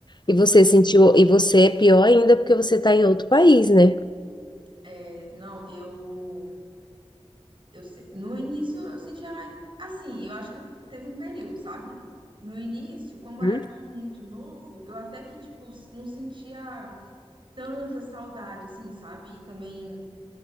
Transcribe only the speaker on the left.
E você sentiu, e você é pior ainda porque você está em outro país, né?
Hum?